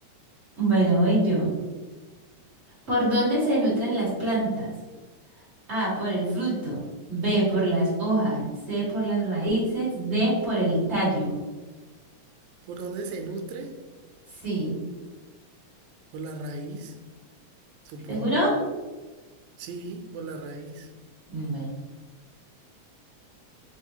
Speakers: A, on the right; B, on the right.
A: Bueno, voy yo. ¿Por dónde se nutren las plantas? A, por el fruto. B, por las hojas. C, por las raíces. D, por el tallo.
B: ¿Por dónde se nutre?
A: Sí.
B: Por la raíz, supongo.
A: ¿Seguro?
B: Sí, por la raíz.
A: Bueno.